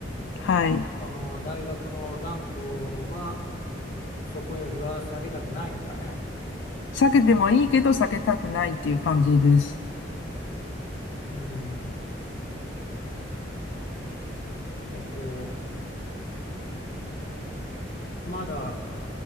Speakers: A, on the left; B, on the left.
A: はい。
B: その大学のランクはそこよりは下げたくないんだね。
A: 避けてもいいけど避けたくないっていう感じです。
B: うん。えっと、まだ